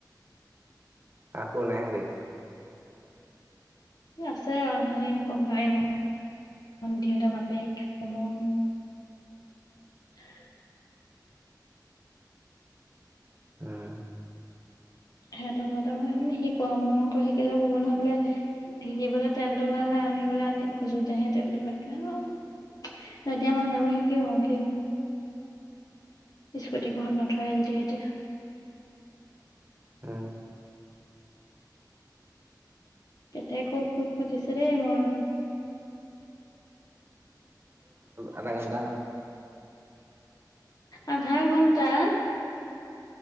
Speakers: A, on the right; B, on the left.
A: আকৌ নাহে নি
B: আছে হে এ পম পায় সিহঁতে বাপেকমন <unintelligible>
A: উম
B: সিহঁতৰ ততে মই শিকোৱা মোৰ আকৌ শিকিলেও কব নহয় বোলে শিকিবলে তেলটো ওলালে আনি বোলে খুজোতেহে তেলটো শিকে অ তেতিয়া মন যাব শিকো কো স্কুটি ঘৰত নথয় যেতিয়া এতিয়া।
A: হুম।
B: কেতে কুোক কুোক মাতিছে দেই মোৰ।
A: আধা ঘণ্টা।
B: আধা ঘণ্টা।